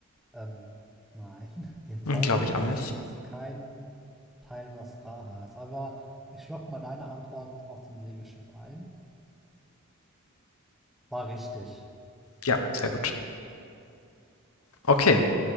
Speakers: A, in the centre; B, on the left.
A: Ähm, nein, <laughs> im
B: Hm,
A: Auto,
B: Glaube ich auch nicht.
A: ich kenne jetzt keinen Teil, was rar heißt. Aber ich lock mal deine Antwort auf den Segelschiff ein. War richtig.
B: Ja, sehr gut. Okay.